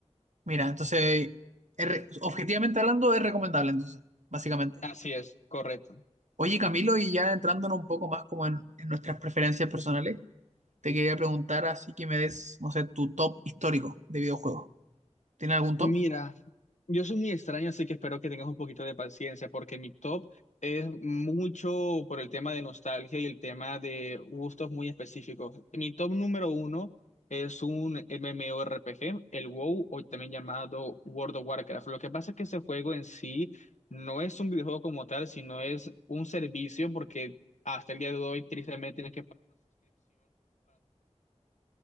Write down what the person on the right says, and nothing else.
Mira, entonces, es re- objetivamente hablando, es recomendable, entonces, básicamente.
Oye, Camilo, y ya entrándonos un poco más como en, en nuestras preferencias personales, Te quería preguntar así que me des, no sé, tu top histórico de videojuegos. ¿Tienes algún top?